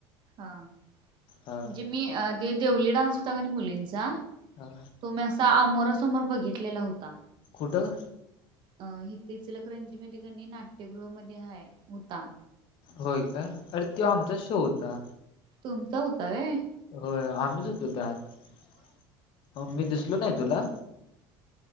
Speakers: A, on the right (about 50°); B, on the left (about 55°).
A: हा म्हणजे
B: हा
A: मी ते देवली डान्स होता कनाय मुलींचा
B: हा
A: तो मी असा अमोरासमोर बघितलेला होता.
B: कुठं?
A: अ हित ईचलकरंजीमध्ये कणी नाट्यगृहामध्ये आहे होता.
B: होय का अरे त्यो
A: हा
B: आमचा शो होता.
A: तुमचा होता काय?
B: होय आम्हीच होतो त्यात मी दिसलो नाय तुला